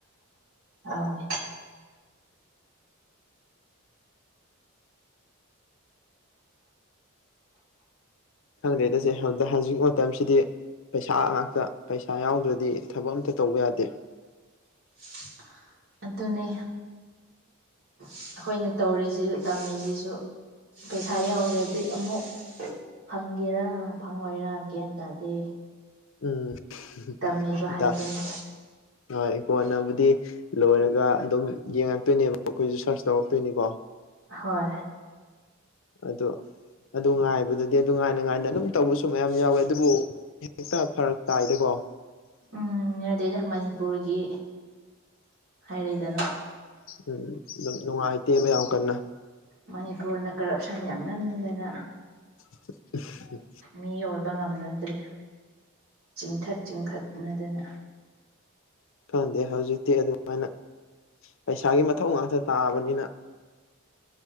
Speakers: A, on the right (about 75°); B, on the left (about 60°).
A: ꯑꯅꯦ
B: ꯈꯪꯗꯦ ꯇꯁꯦꯗ ꯍꯧꯖꯤꯛ ꯃꯇꯝꯁꯤꯗꯤ ꯄꯩꯁꯥ ꯉꯥꯛꯇ ꯄꯩꯁꯥ ꯌꯥꯎꯗ꯭ꯔꯗꯤ ꯊꯕꯛ ꯑꯝꯇ ꯇꯧꯕ ꯌꯥꯗꯦ
A: <unintelligible> ꯑꯗꯨꯅꯦ ꯑꯩꯈꯣꯏꯅ ꯇꯧꯔꯤꯁꯤ ꯇꯝꯃꯤꯁꯤꯁꯨ ꯄꯩꯁꯥ ꯌꯧꯗ꯭ꯔꯗꯤ ꯑꯃꯨꯛ ꯐꯪꯒꯦꯔꯥ ꯐꯪꯉꯣꯏꯔ ꯒ꯭ꯌꯥꯟ ꯇꯥꯗꯦ
B: ꯎꯝꯗ
A: ꯇꯝꯃꯤꯕ ꯍꯥꯏꯗꯨꯅꯤ
B: ꯍꯣꯏ ꯀꯣꯟꯅꯕꯨꯗꯤ ꯂꯣꯏꯔꯒ ꯑꯗꯨꯝ ꯌꯦꯡꯉꯛꯇꯣꯏꯅꯦꯕ ꯑꯩꯈꯣꯏꯁꯨ ꯁꯔꯁ ꯇꯧꯔꯛꯇꯣꯏꯅꯤꯀꯣ
A: ꯍꯣꯏ
B: ꯑꯗꯣ ꯑꯗꯨ ꯉꯥꯏꯕꯗꯗꯤ ꯑꯗꯨ ꯉꯥꯏꯅ ꯉꯥꯏꯅ ꯑꯗꯨꯝ ꯇꯧꯕꯁꯨ ꯃꯌꯥꯝ ꯌꯥꯎꯋꯦ ꯑꯗꯨꯕꯨ ꯍꯦꯛꯇ ꯐꯔꯛ ꯇꯥꯏꯗꯀꯣ
A: ꯎꯝ ꯑꯗꯨꯗ ꯃꯅꯤꯄꯨꯔꯒꯤ ꯍꯥꯏꯔꯛꯏꯗꯅ
B: ꯎꯝ ꯑꯗꯨꯝ ꯅꯨꯡꯉꯥꯏꯇꯦꯕ ꯌꯥꯝ ꯀꯟꯅ
A: ꯃꯅꯤꯄꯨꯔꯅ ꯀꯔꯞꯁꯟ ꯌꯥꯝꯍꯟꯗꯅ
B: <unintelligible>
A: ꯃꯤ ꯑꯣꯏꯕ ꯉꯝꯅꯗ꯭ꯔꯦ ꯆꯤꯡꯊꯠ ꯆꯤꯡꯈꯠꯅꯗꯅ
B: ꯈꯪꯗꯦ ꯍꯧꯖꯤꯛꯇꯤ ꯑꯗꯨꯃꯥꯏꯅ ꯄꯩꯁꯥꯒꯤ ꯃꯊꯧ ꯉꯥꯛꯇ ꯇꯥꯕꯅꯤꯅ